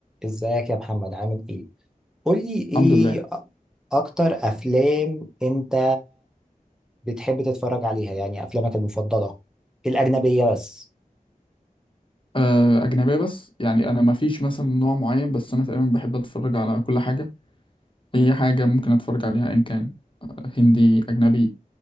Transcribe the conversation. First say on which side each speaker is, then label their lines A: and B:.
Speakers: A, in the centre; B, on the left.
A: ازيك يا محمد عامل ايه قولي ايه
B: الحمد لله
A: أ- اكتر افلام انت بتحب تتفرج عليها يعني افلامك المفضلة الاجنبية بس
B: آه، أجنبية بس يعني أنا مفيش مثلا نوع معين بس أنا تقريبا بحب أتفرج على كل حاجة أي حاجة ممكن أتفرج عليها إن كان آه، هندي أجنبي